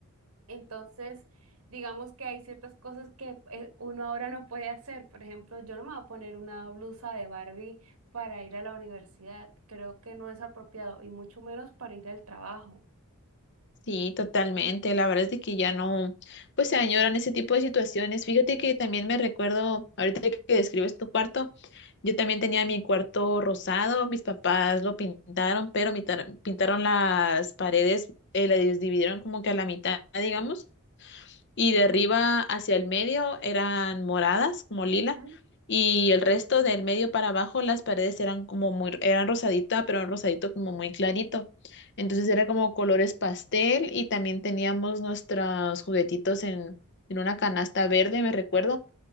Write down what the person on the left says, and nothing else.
Sí, totalmente. La verdad es de que ya no, pues se añoran ese tipo de situaciones. Fíjate que también me recuerdo, ahorita que describes tu cuarto, yo también tenía mi cuarto rosado, mis papás lo pintaron, pero mitar- pintaron las paredes, eh, las dividieron como que a la mitad, digamos y de arriba hacia el medio eran moradas, como lila,
y el resto del medio para abajo las paredes eran como muy, eran rosadita, pero un rosadito como muy clarito. Entonces era como colores pastel y también teníamos nuestros juguetitos en, en una canasta verde, me recuerdo,